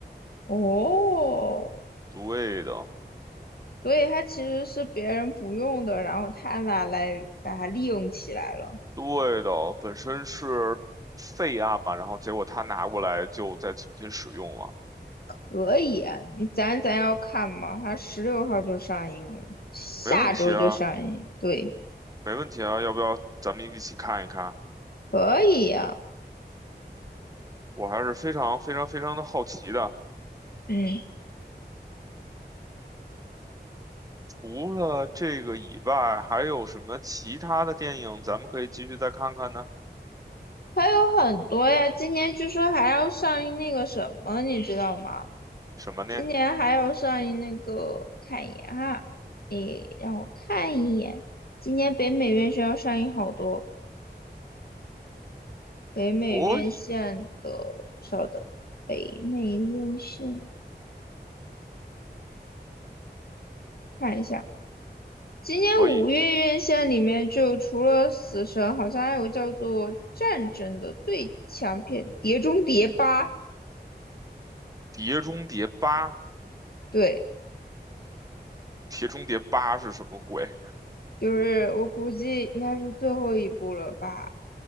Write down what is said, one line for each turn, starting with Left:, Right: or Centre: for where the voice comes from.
Left: 哦。
Right: 对的，
Left: 所以它其实是别人不用的，然后他拿来把它利用起来了。
Right: 对的，本身是废案嘛，然后结果他拿过来就再重新使用了，
Left: 可以啊，你咱咱要看嘛，它十六号就上映了，下周就上映。
Right: 没问题啊。
Left: 对，
Right: 没问题啊，要不要咱们一起看一看？
Left: 可以呀、
Right: 我还是非常非常非常的好奇的。
Left: 嗯，
Right: 除了这个以外，还有什么其他的电影咱们可以继续再看看呢？
Left: 还有很多呀，今年据说还要上映那个什么，你知道吗？
Right: 什么呢？
Left: 今年还要上映那个，看一眼哈，诶，让我看一眼，今年北美院线要上映好多。北美院线的，
Right: 可以，
Left: 稍等，北美院线看一下，今年五月院线里面就除了《死神》，
Right: 可以，
Left: 好像还有叫做《战争》的最强片《碟中谍八》，
Right: 《碟中谍八》，
Left: 对，
Right: 《碟中谍八》是什么鬼？
Left: 就是我估计应该是最后一部了吧。